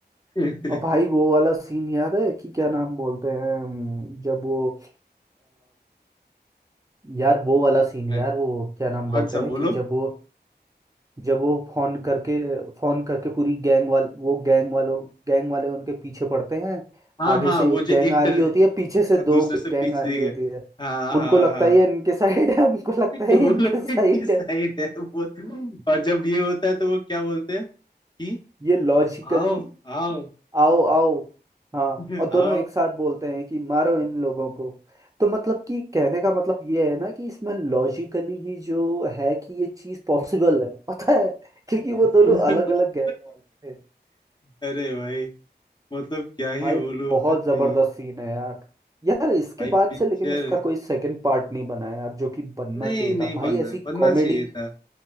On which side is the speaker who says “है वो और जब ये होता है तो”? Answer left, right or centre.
Left